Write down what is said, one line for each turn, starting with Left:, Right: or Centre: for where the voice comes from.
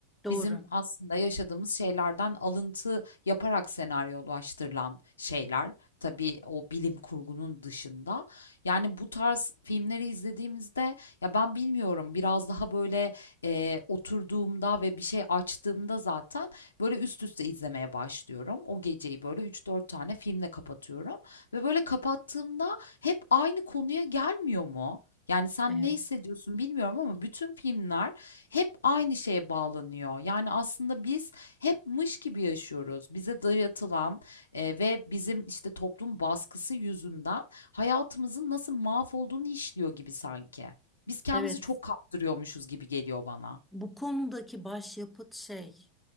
Centre: Doğru.
Left: Bizim aslında yaşadığımız şeylerden alıntı yaparak senaryolaştırılan şeyler. Tabii o bilim kurgunun dışında. Yani bu tarz filmleri izlediğimizde ya ben bilmiyorum biraz daha böyle eee, oturduğumda ve bir şey açtığımda zaten böyle üst üste izlemeye başlıyorum. O geceyi böyle üç dört tane filmle kapatıyorum ve böyle kapattığımda hep aynı konuya gelmiyor mu? Yani sen
Centre: Evet.
Left: ne hissediyorsun bilmiyorum ama bütün filmler hep aynı şeye bağlanıyor. Yani aslında biz hep mış gibi yaşıyoruz. Bize dayatılan e, ve bizim işte toplum baskısı yüzünden hayatımızın nasıl mahvolduğunu işliyor gibi sanki. Biz kendimizi
Centre: Evet.
Left: çok kaptırıyormuşuz gibi geliyor bana.
Centre: Bu konudaki başyapıt şey